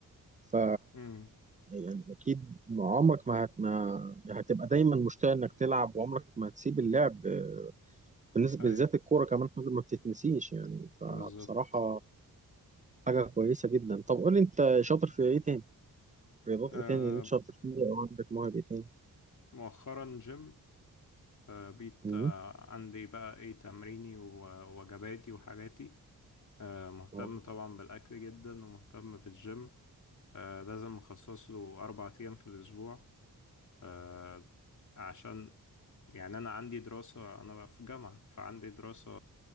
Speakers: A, on the right; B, on the left.
A: ف
B: مم.
A: يعني اكيد ما عمرك ما, هت... ما هتبقى دايما مشتاق انك تلعب وعمرك ما هتسيب اللعب آه، بالنسبه
B: أي
A: بالذات الكوره كمان حاجه ما بتتنسيش يعني فبصراحه
B: بالظبط
A: حاجه كويسه جدا طب قول لي انت شاطر في ايه تاني رياضات
B: آه
A: ايه تاني اللي انت شاطر فيه او عندك موهبة ايه تاني
B: مؤخرا جيم آه بقيت
A: مم.
B: آه عندي بقى إيه تمريني ووجباتي وحاجاتي آه مهتم
A: اه
B: طبعا بالأكل جدا ومهتم بالجيم آه لازم أخصص له أربع أيام في الأسبوع آه عشان يعني أنا عندي دراسة أنا بقى في جامعة فعندي دراسة